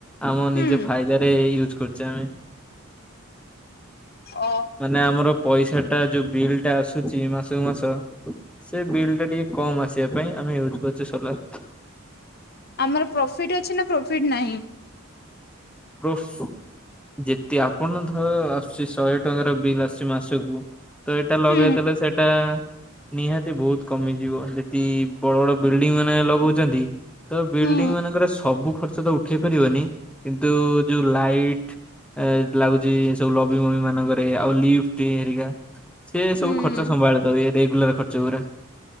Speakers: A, in the centre; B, on the left.
A: ଆମ ନିଜେ
B: ହୁଁ
A: ଫାଇଦାରେ ଇଉ କରୁଛ ଆମେ
B: ଓ
A: ମାନେ, ଆମର ପଇସାଟା ଯୋଉ ବିଲ୍ ଟା ଆସୁଛି ମାସକୁ ମାସ ସେ ବିଲ୍ ଟା ଟିକେ କମ ଆସିବା ପାଇଁ ଆମେ ୟୁଜ କରୁଛେ ସୋଲାର।
B: ଆମର ପ୍ରଫିଟ୍ ଅଛି ନା ପ୍ରଫିଟ ନାହିଁ?
A: ଓପସ୍ ଯେତେ ଆପଣ ଧର ଆସୁଛି ଶହେ ଟଙ୍କାର ବିଲ୍ ଆସଛି ମାସକୁ ତ ଏଇଟା ଲଗେଇଦେଲେ
B: ହୁଁ
A: ସେଇଟା ନିହାତି ବହୁତ କମିଯିବ ଯଦି ବଡ ବଡ ବିଲ୍ଡିଂ ମାନେ ଲଗାଉଛନ୍ତି ତ ବିଲ୍ଡିଂ
B: ହୁଁ
A: ମାନଙ୍କରେ ସବୁ ଖର୍ଚ୍ଚ ତ ଉଠେଇ ପାରିବନି କିନ୍ତୁ ତ ଯୋଉ ଲାଇଟ୍ ଲାଗୁଛି ସବୁ ଲବି ମବି ମାନଙ୍କରେ ଆଉ ଲିଫ୍ଟ ହେରିକା - ସେ
B: ହୁଁ
A: ସବୁ ଖର୍ଚ୍ଚ ସମ୍ଭାଳି ପାରିବେ- ରେଗୁଲାର ଖର୍ଚ୍ଚ ଗୁରା